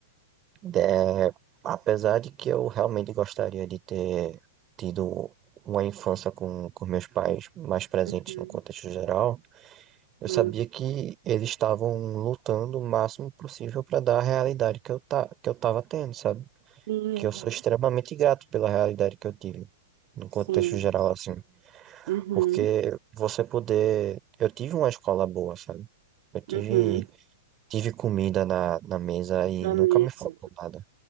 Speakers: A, on the right; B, on the right.
A: é, apesar de que eu realmente gostaria de ter tido uma infância com, com meus pais mais presentes
B: uhum,
A: no contexto geral, eu
B: sim,
A: sabia que eles estavam lutando o máximo possível para dar a realidade que eu, ta, que eu tava tendo, sabe?
B: sim,
A: que
B: aham,
A: eu sou extremamente grato pela realidade que eu tive, no contexto
B: sim,
A: geral, assim,
B: uhum,
A: porque você poder. Eu tive uma escola boa, sabe? Eu tive,
B: uhum,
A: tive comida na, na mesa e
B: na
A: nunca
B: mesa,
A: me faltou nada,